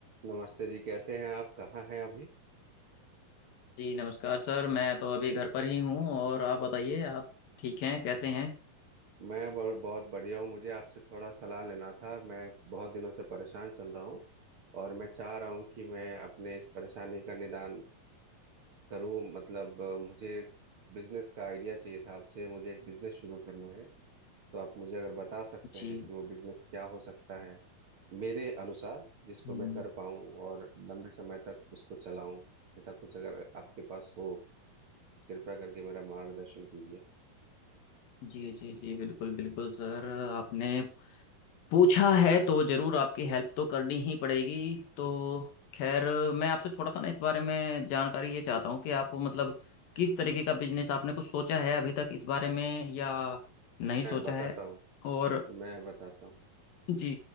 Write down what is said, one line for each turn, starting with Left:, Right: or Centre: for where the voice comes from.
Right: नमस्ते जी कैसे हैं आप कहाँ हैं अभी
Left: जी नमस्कार सर मैं तो अभी घर पर ही हूँ और आप बताइए आप ठीक हैं कैसे हैं
Right: मैं बहुत बहुत बढ़िया हूँ मुझे आपसे थोड़ा सलाह लेना था मैं बहुत दिनों से परेशान चल रहा हूँ और मैं चाह रहा हूँ कि मैं अपने इस परेशानी का निदान करूँ मतलब अ, मुझे बिजनेस का आइडिया चाहिए था आपसे मुझे एक बिजनेस शुरू करना है तो आप मुझे अगर बता सकते
Left: जी
Right: हैं कि वो बिजनेस क्या हो सकता है मेरे अनुसार जिसको
Left: हम्म
Right: मैं कर पाऊँ और लंबे समय तक उसको चलाऊँ ऐसा कुछ अगर आपके पास हो कृपया करके मेरा मार्गदर्शन कीजिए
Left: जी जी जी बिल्कुल बिल्कुल सर आपने पूछा है तो ज़रूर आपकी हेल्प तो करनी ही पड़ेगी तो खैर मैं आपसे थोड़ा सा ना इस बारे में जानकारी ये चाहता हूँ कि आप मतलब किस तरीके का बिजनेस आपने कुछ सोचा है अभी तक इस बारे में या नहीं
Right: मैं
Left: सोचा
Right: बताता
Left: है
Right: हूँ
Left: और
Right: मैं बताता हूँ
Left: जी